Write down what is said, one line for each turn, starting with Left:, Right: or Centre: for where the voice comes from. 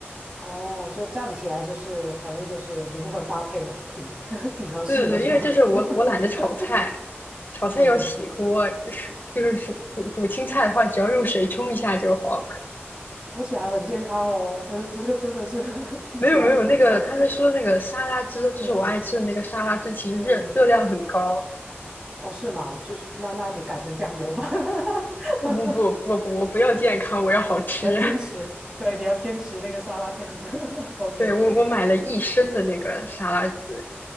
Right: 哦，就站起来就是反正就是灵魂搭配了，挺 <laughs> 挺合适的是吧？
Left: 对对对，因为就是我我懒得炒菜，
Right: <laughs>
Left: 炒菜要洗锅，
Right: 嗯，
Left: 是就是煮煮煮青菜的话，只要用水冲一下就好。
Right: 而且还很健康哦，就是这个真的是 <laughs> 听起来是不错的，
Left: 没有没有，那个他们说那个沙拉汁，就是我爱吃的那个沙拉汁，
Right: 嗯
Left: 其实热热量很高。
Right: 嗯。哦，是吗？就是那那你改成酱油吧，<laughs>
Left: 不不不不不，我不要健康，我要好吃。
Right: 你要坚持，
Left: <laughs>
Right: 对，你要坚持那个沙拉酱。<laughs> OK，
Left: 对，我我买了一升的那个沙拉汁，